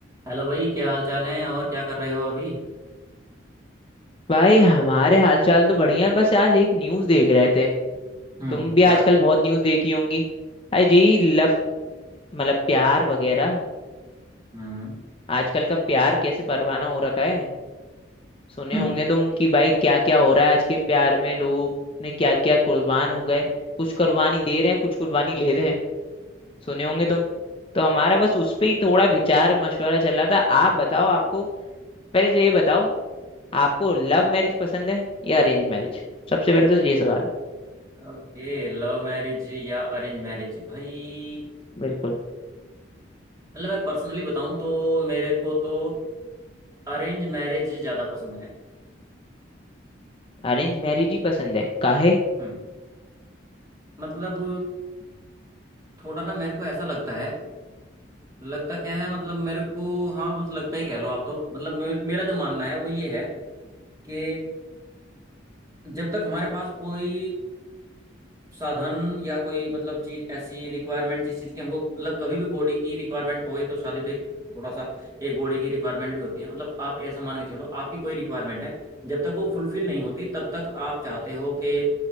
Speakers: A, on the right; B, on the left.
A: Hello भाई क्या हाल चाल है और क्या कर रहे हो अभी
B: भाई हमारे हालचाल तो बढ़िया है बस आज एक न्यूज़ देख रहे थे
A: हम्म
B: तुम भी
A: क्या
B: आजकल बहुत न्यूज़ देखी होंगी आज यही लव मतलब प्यार वगैरह
A: हम्म
B: आजकल का प्यार कैसे परवाना हो रखा है सुने
A: हम्म
B: होंगे तुम कि भाई क्या क्या हो रहा है आज के प्यार में लोग ने क्या क्या कुर्बान हो गए कुछ कुर्बानी दे रहे हैं कुछ कुर्बानी ले रहे हैं सुने होंगे तुम तो हमारा बस उस पे ही थोड़ा विचार मशवरा चल रहा था आप बताओ आपको पहले तो ये बताओ आपको लव मैरिज पसंद है या अरेंज मैरिज सबसे पहले तो ये सवाल
A: ओके लव मैरिज या अरेंज मैरिज भाई
B: बिल्कुल
A: मतलब मैं पर्सनली बताऊं तो मेरे को तो अरेंज मैरिज ज़्यादा पसंद है
B: अरेंज मैरिज ही पसंद है काहे
A: हम्म मतलब थोड़ा ना मेरे को ऐसा लगता है लगता क्या है मतलब मेरे को हाँ बस लगता ही कह लो आप तो मतलब मे- मेरा जो मानना है वो ये है कि जब तक हमारे पास कोई साधन या कोई मतलब चीज ऐसी रिक्वायरमेंट जिस चीज की हमको मतलब कभी भी बॉडी की रिक्वायरमेंट होए तो शादी तो एक थोड़ा सा एक बॉडी की रिक्वायरमेंट भी होती है मतलब आप ऐसा मान के चलो आपकी कोई रिक्वायरमेंट है जब तक वो फुलफिल नहीं होती तब तक आप चाहते हो कि